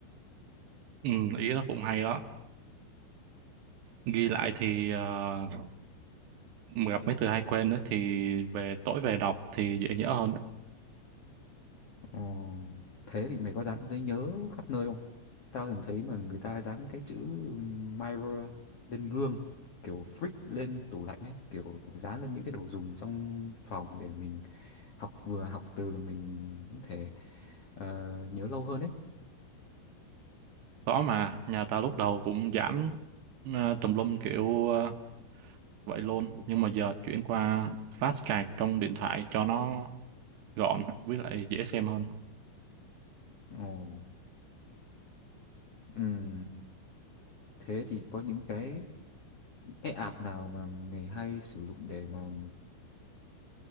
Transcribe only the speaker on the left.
Ờ, thế thì mày có dán giấy nhớ khắp nơi không tao từng thấy mà người ta dán cái chữ mirror lên gương kiểu freak lên tủ lạnh ấy kiểu dán lên những cái đồ dùng trong phòng để mình học vừa học từ mình có thể ờ, nhớ lâu hơn ấy
Ồ. ừm, Thế thì có những cái cái app nào mà mày hay sử dụng để mà